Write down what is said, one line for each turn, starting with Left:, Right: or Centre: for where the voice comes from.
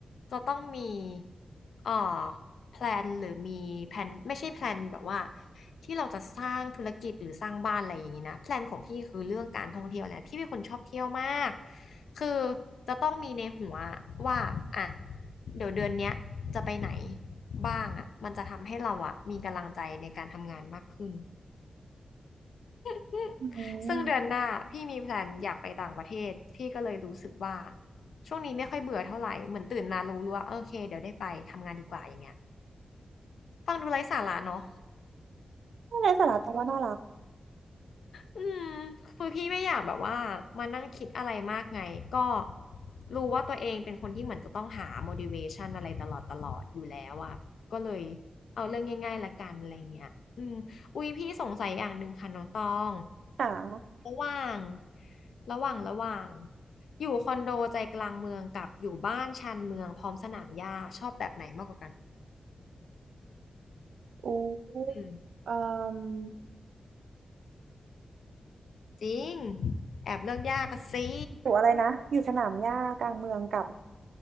Left: จะต้องมีเอ่อแพลนหรือมีแผนไม่ใช่แพลนแบบว่าที่เราจะสร้างธุรกิจหรือสร้างบ้านอะไรอย่างนี้นะแพลนของพี่คือเรื่องการท่องเที่ยวแหละพี่เป็นคนชอบเที่ยวมากคือจะต้องมีในหัวว่าอ่ะเดี๋ยวเดือนเนี้ยจะไปไหนบ้างอ่ะมันจะทำให้เราอ่ะมีกำลังใจในการทำงานมากขึ้น <laughs>
Right: อื
Left: ซึ่งเดือนหน้าพี่มีแพลนอยากไปต่างประเทศพี่ก็เลยรู้สึกว่า
Right: ม
Left: ช่วงนี้ไม่ค่อยเบื่อเท่าไหร่เหมือนตื่นมารู้ว่าโอเคเดี๋ยวได้ไปทำงานดีกว่าอย่างเงี้ยฟังดูไร้สาระเนาะ
Right: ไม่ไรสาระตรงว่าน่ารัก
Left: อืมคือพี่ไม่อยากแบบว่ามานั่งคิดอะไรมากไงก็รู้ว่าตัวเองเป็นคนที่เหมือนจะต้องหา motivation อะไรตลอดตลอดอยู่แล้วอะก็เลยเอาเรื่องง่ายๆละกันอะไรเงี้ยอืมอุ๊ยพี่สงสัยอย่างหนึ่งค่ะน้องตอง
Right: ค่ะ
Left: ระหว่างระหว่างระหว่างอยู่คอนโดใจกลางเมืองกับอยู่บ้านชานเมืองพร้อมสนามหญ้าชอบแบบไหนมากกว่ากัน
Right: อู้
Left: อืม
Right: เอ่อ
Left: จริงแอบเลือกยากอะสิ
Right: อยู่อะไรนะอยู่สนามหญ้ากลางเมืองกับ